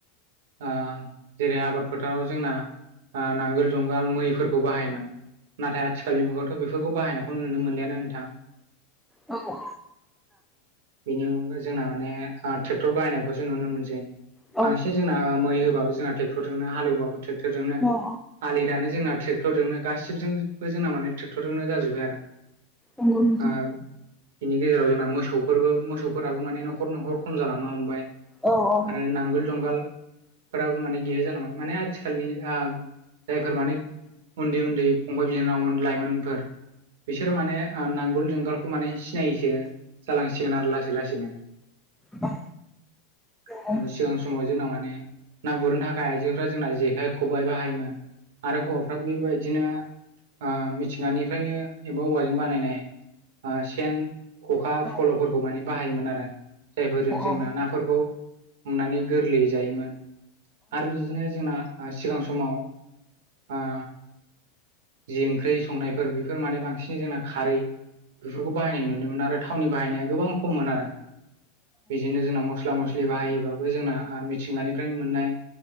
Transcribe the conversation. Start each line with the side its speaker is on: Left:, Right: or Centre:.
Right: ओ जेरै आबाद फोथाराव जोंना ओ नांगोल जुंगाल मैफोरखौ बाहायोमोन नाथाय आथिखालनि मुगायाव थ' बिफोरखौ बाहायनायखौ नुनो मोनलियानो नोंथां।
Centre: औ औ।
Right: बिनि अनगाय जोंना माने ट्रेक्टर बाहायनायखौसो नुनो मोनसै
Centre: औ
Right: बांसिन जोंना मै हो जों ट्रेक्टरजोंनो हालेवबाबो ट्रेटरजोंनो
Centre: नंगौ
Right: आलि दानो जोंना ट्रेक्टरजोंनो गासिबो जोंबो जोंना माने ट्रेक्टरजोंनो जाजोब्बाय आरो
Centre: नोंगौ नोथां।
Right: ओ बिनि गेजेराव जोंना मोसौफोरबो मोसौफोराबो माने न'खर न'खर खम जालांनो हमबाय।
Centre: औ औ
Right: आरो नांगोल जुगाल फोराबो माने गैया जालांबाय माने आथिखालनि ओ जायफोर माने उन्दै उन्दै फंबाय बिनानावमोन लाइमोनफोर बिसोरो माने ओ नांगोल जुंगालखौ माने सिनायैसो जालांसिगोन आरो लासै लासैनो।
Centre: औ।
Right: <inaudible>
Centre: औ
Right: सिगां समाव जोंना माने ना गुरनो थाखाय आइजोफ्रा जोंना जेखाइ खबाइ बाहायोमोन। आरो हौवाफ्रा बेबायदिनो ओ मिथिंगानिफ्रायनो एबा औवाजों बानायनाय ओ सेन, ख'खा,
Centre: नंगौ
Right: फल'फोरखौ माने बाहायोमोन आरो। जायफोरजों जोंना
Centre: औ
Right: नाफोरखौ हमनानै गोरलैयै जायोमोन। आरो बिदिनो जोंना सिगां समाव ओ जि ओंख्रै संनायफोर बेफोर माने बांसिनै जोंना खारै बेफोरखौ बाहायनाय नुनो मोन आरो थावनि बाहायनाया गोबां खममोन आरो। बिदिनो जोंना मस्ला मस्लि बाहायोबाबो जोंना मिथिंगानिफ्रायनो मोननाय